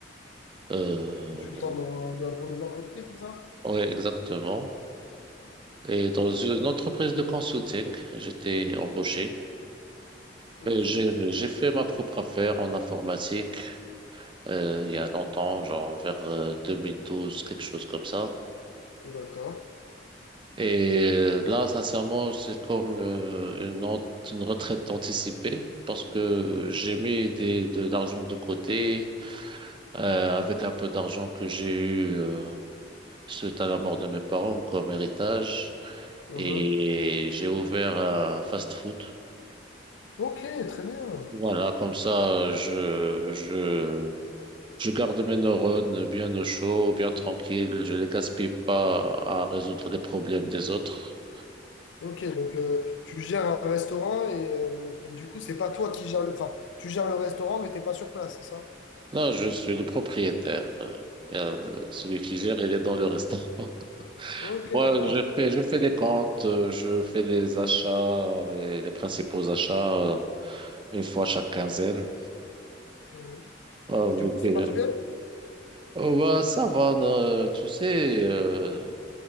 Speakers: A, on the right; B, on the left.
A: Euh,
B: Consultant dans, dans, pour des entreprises, c'est ça?
A: oui, exactement. Et dans une entreprise de consulting, j'étais embauché.
B: Ok.
A: Euh, J'ai, j'ai fait ma propre affaire en informatique euh, il y a longtemps, genre vers euh, 2012, quelque chose comme ça.
B: D'accord.
A: Et euh, là, sincèrement, c'est comme euh, une, an- une retraite anticipée parce que j'ai mis des, de l'argent de côté euh, avec un peu d'argent que j'ai eu euh, suite à la mort de mes parents comme héritage.
B: Mhm.
A: Et j'ai ouvert un fast-food
B: Ok, très bien.
A: Voilà, comme ça, je, je, je garde mes neurones bien au chaud, bien tranquille. Je les gaspille pas à résoudre les problèmes des autres.
B: Ok, donc euh, tu gères un restaurant et, euh, et du coup, c'est pas toi qui gères le... Enfin, tu gères le restaurant, mais t'es pas sur place, c'est ça?
A: Là, je suis le propriétaire. Euh, il y a le- Celui qui gère, il est dans le restaurant. <laughs>
B: Ok,
A: Moi,
B: d'accord.
A: je fais, je fais les comptes, euh, je fais les achats, les, les principaux achats, euh, une fois chaque quinzaine.
B: Mhm.
A: Ah,
B: Et
A: vu
B: du coup, ça
A: que-
B: marche bien?
A: Oh, bah, ça va, non, euh, tu sais, euh,